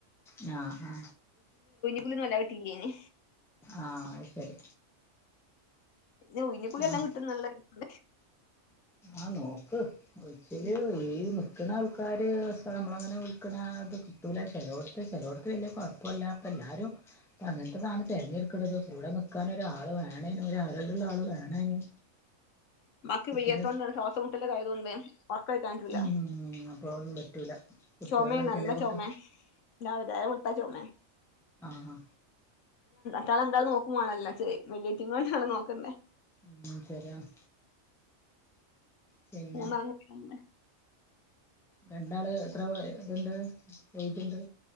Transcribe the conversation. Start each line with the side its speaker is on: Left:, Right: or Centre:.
Centre: നാ ആ
Left: കുളി നല്ലത് കിട്ടീനി യ്ന്.
Centre: ആഹ് ആഹ് അത് ശരി
Left: ന്നെ ഉഴിഞ്ഞുകുളി നല്ലോം
Centre: ആഹ്
Left: കിട്ടുംന്നുള്ള <unintelligible>
Centre: ആഹ് നോക്ക്. ഉയ്ച്ചില്
Left: ഉം
Centre: ഉഴീന്ന് ക്ക്ണ ആൾക്കാര് വെച്ചാ നമ്മളങ്ങനെ വിളിക്ണ അത് കിട്ടൂലാ ചെലോട്ത്ത്. ചെലോട്ത്ത് വല്യ കുഴപ്പൂല്ലാത്ത എല്ലാരും ഇപ്പ അങ്ങൻത്തെതാണ് തിരഞ്ഞെടുക്ണത് കൂടെ നിക്കാന് ഒരാൾ വേണെനും ഒരാരോഗ്യള്ള ആൾ വേണേനും.
Left: ഉമ്മാക്ക്
Centre: കുട്ടിന്റെ
Left: വയ്യാത്തോണ്ടാണ്. ശ്വാസം മുട്ടലൊക്കെ ആയതോണ്ടേ. ഒറക്കൊയിക്കാൻ പറ്റൂല.
Centre: ഉം അപ്പൊ ഒന്നും പറ്റൂല കുട്ടികള്
Left: ചൊമേ നല്ല
Centre: ചെല കുട്ടി
Left: ചൊമേ. രാവ് നേരം വെള്ത്താ ചൊമെ.
Centre: ആ അ
Left: ട്ട്യാളെ എന്തായാലും നോക്കും മാണല്ലോ ചെ വെല്ലീറ്റങ്ങളെന്നേണ് നോക്കണ്ടേ.
Centre: ഉം ശരിയാണ്. പിന്നെ
Left: മുന്നാൺകുട്ടിയേളല്ലേ.
Centre: രണ്ടാള് എത്ര ഇതുണ്ട് വെയ്റ്റ്ണ്ട്?